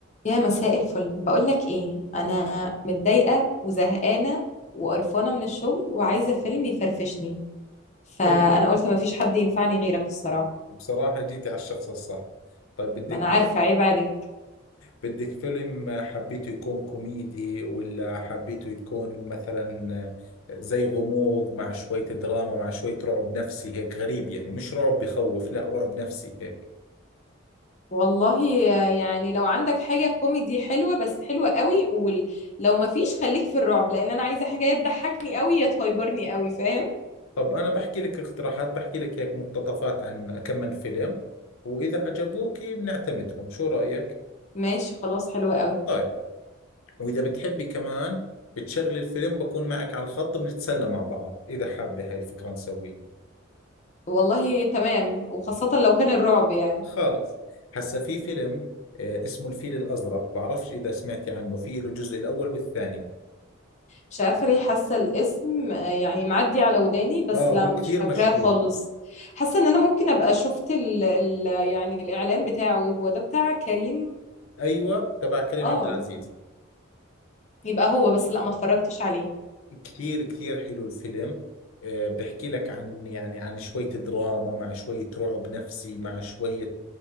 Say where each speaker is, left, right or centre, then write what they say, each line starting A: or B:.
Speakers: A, on the left; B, on the left.
A: يا مساء الفل بقول لك ايه انا متضايقه وزهقانه وقرفانه من الشغل وعايزه فيلم يفرفشني فانا
B: حلو
A: قلت مفيش حد ينفعني غيرك الصراحه
B: بصراحة جيتي على الشخص الصح طيب بدك
A: ما انا عارفه
B: <laughs>
A: عيب عليك
B: بدك فيلم حبيته يكون كوميدي ولا حبيته يكون مثلا زي غموض مع شوية دراما مع شوية رعب نفسي هيك غريب يعني مش رعب بخوف لا رعب نفسي هيك
A: والله يعني لو عندك حاجه كوميدي حلوه بس حلوه قوي قول لو مفيش خليك في الرعب لان انا عايزه حاجه يا تضحكني قوي يا تهيبرني قوي فاهم
B: طب أنا بحكي لك اقتراحات بحكي لك هيك مقتطفات عن كم من فيلم وإذا عجبوك بنعتمدهم شو رأيك؟
A: ماشي خلاص حلوه قوي
B: طيب وإذا بتحبي كمان بتشغلي الفيلم بكون معك على الخط بنتسلى مع بعض إذا حابة هاي الفكرة نسويها
A: والله تمام وخاصه لو كان الرعب يعني
B: خالص هسا في فيلم آه، اسمه الفيل الأزرق بعرفش إذا سمعتي عنه في له الجزء الأول والثاني
A: مش عارفة ليه حاسة الاسم آه، يعني معدي على وداني بس
B: آه
A: لا
B: هو
A: مش
B: كثير
A: فاكراه
B: مشهور
A: خالص حاسة ان انا ممكن ابقى شفت ال ال يعني الاعلان بتاعه هو ده بتاع كريم
B: أيوة تبع كريم
A: اه
B: عبد العزيز
A: يبقى هو بس لا ما اتفرجتش عليه
B: كثير كثير حلو الفيلم آه، بحكي لك عن يعني عن شوية دراما مع شوية رعب نفسي مع شوية